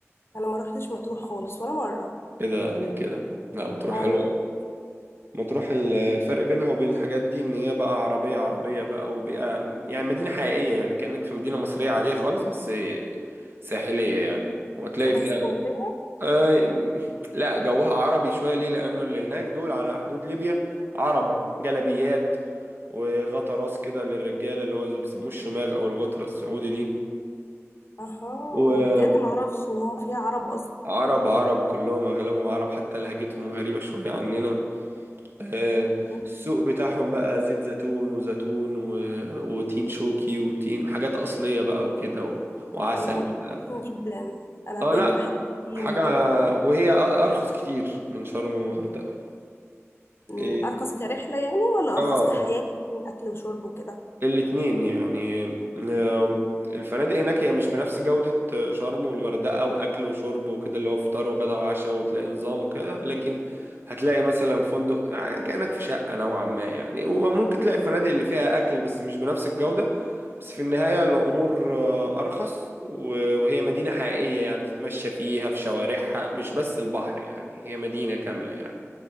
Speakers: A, on the left; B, on the right.
A: انا ما رحتش مطروح خالص ولا مرة
B: ايه ده ليه كده لا مطروح
A: اه
B: حلو
A: لا هو
B: مطروح ال- الفرق بينها وبين الحاجات دي ان هي بقى عربية عربية بقى وبقى يعني مدينة حقيقية يعني كأنك في مدينة مصرية عادية خالص بس ساحلية يعني وهتلاقي
A: شبه
B: فيها
A: اسكندرية
B: آه لا جوها عربي شوية ليه لأنه اللي هناك دول على حدود ليبيا عرب جلابيات وغطا راس كده للرجالة اللي هو اللي بيسموه الشماغ أو الغترة السعودي دي
A: اها
B: ولا
A: بجد ما اعرفش ان هم فيها عرب
B: عرب عرب كلهم أغلبهم عرب حتى لهجتهم غريبة شوية عننا آه،
A: اصلا
B: السوق بتاعهم بقى زيت زيتون وزيتون و... وتين شوكي وتين حاجات أصلية بقى وكده و... وعسل
A: الله
B: وبتاع
A: بحب الصين جدا انا
B: اه
A: بجد
B: لا
A: بحب الصين
B: حاجة وهي أ- أرخص كتير من شرم والغردقة
A: أمم،
B: إيه،
A: ارخص كرحله يعني ولا
B: اه
A: ارخص كحياه يكون اكل وشرب وكده
B: الاتنين يعني آه، الفنادق هناك هي مش بنفس جودة آه، شرم والغردقة وأكل وشرب وكده اللي هو فطار وغدا وعشاء وتلاقي نظام وكده لكن هتلاقي مثلا فندق آه، يعني كأنك في شقة نوعا ما يعني وممكن تلاقي الفنادق اللي فيها أكل بس مش بنفس الجودة بس في النهاية الأمور آه، أرخص و- وهي مدينة حقيقية يعني تتمشى فيها في شوارعها مش بس البحر يعني هي مدينة كاملة يعني